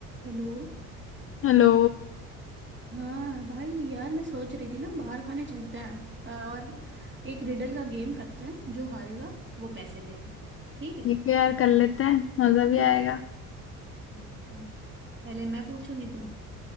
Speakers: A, on the right; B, on the left.
A: हेलो
B: Hello
A: हाँ भाई यार मैं सोच रही थी ना बाहर खाने चलते हैं पर और एक रिडल का गेम करते हैं जो हारेगा वो पैसे देगा ठीक है
B: ठीक है यार कर लेते हैं मजा भी आएगा
A: हम्म, तो पहले मैं पूछूंगी तुम